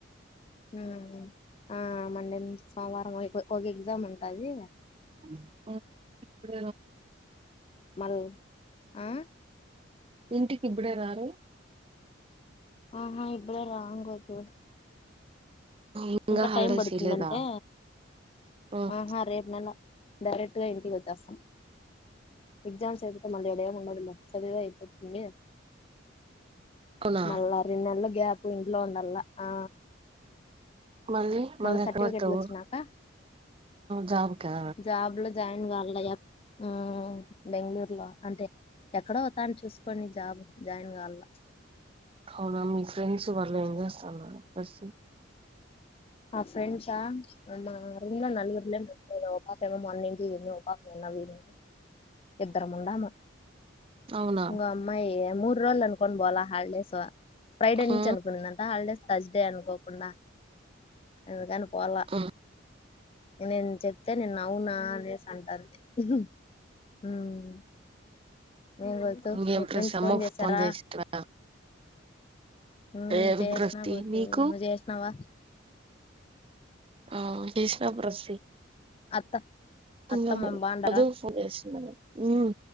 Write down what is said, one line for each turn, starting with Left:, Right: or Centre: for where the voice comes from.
Left: ఆ ఆ మండే నుంచ్ సోమవారం ఒక ఎగ్జామ్ ఉంటది
Right: <unintelligible> ఎప్పుడ
Left: మల్ ఆ
Right: ఇంటికి ఇప్పుడే రారు
Left: ఆహా ఇప్పుడే రాం గోతు
Right: ఇంగా
Left: ఇంకా
Right: హాలిడేస్
Left: టైం పడుతుందంటే
Right: ఇయలేదా మళ్ళ
Left: ఆహా రేపు నెల డైరెక్ట్ గా ఇంటికి వచ్చేస్తాం ఎగ్జామ్స్ అయ్ మళ్ళఈడ ఏం ఉండదు లే చదువే అయిపోతుంది
Right: అవునా
Left: మల్లా రెన్నేళ్లు గ్యాప్ ఇంట్లో ఉండల ఆ
Right: మళ్ళీ
Left: మళ
Right: మళ్ళీ
Left: సర్టిఫికెట్లు
Right: ఎక్కడ పోతావు
Left: వచ్చినా క
Right: జాబ్కా
Left: జాబ్లో జాయిన్ కాల్ల య ఉమ్ బెంగళూరు లో అంటే ఎక్కడో ఓతన చూసుకోనీ జాబ్ జాయిన్ కాల్ల
Right: అవునా మీ ఫ్రెండ్స్ వాళ్ ఏం చేస్తాన్నారు పర్సీ
Left: ఆ ఫ్రెండ్సా మా రూమ్ లో నలుగురులే ఉండేది ఓ ప పాపెమో మొన్న ఇంటికి వోయింది ఓ పాప నిన్న వోయింది ఇద్దరం ఉడాము
Right: అవునా
Left: ఇంగో అమ్మాయి మూడు రోజలు అనుకోని పోాలా హాలిడేస్ ఫ్రైడే నుంచి
Right: ఆ
Left: అనుకుందన్ టా హాలిడేస్ త్ర్సడే అనుకోకుండా అందుకని పోలా
Right: ఆ
Left: నేను చెప్తే నిన్న అవునా అనేసి అంటాది ఉంహు ఉమ్ ఏం గోతు
Right: ఇంకేం
Left: మీ
Right: ప్రసి
Left: ఫ్రెండ్స్
Right: అమ్మకు
Left: ఫోన్ చేసారా
Right: చేసిరా
Left: ఉమ్
Right: లేదు
Left: చేసిన
Right: ప్రస్తి
Left: గోతు
Right: నీకు
Left: నువ్ చేసినవా
Right: ఆ టెసిన ప్రస్సి
Left: అత్త అత్తమ్మమ్మ
Right: ఇంగ
Left: బాగుండారా
Right: మధు ఫోన్ చేసిందా ఉమ్